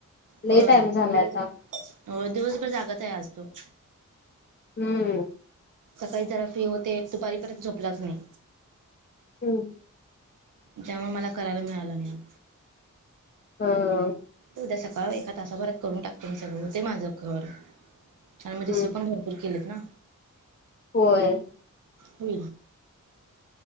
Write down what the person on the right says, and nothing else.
होय
दिवस
हो दिवसभर जागाच आहे असतो
सकाळी जरा फ्री होते दुपारी परत झोपलाच नाही
त्यामुळे मला करायला मिळालं नाही
उद्या सकाळ एका तासाभरात करून टकतो मी सगळं होते माझं घर आणिछ आणि मी रिसिव
पण भर खुर्कीलेत ना
हो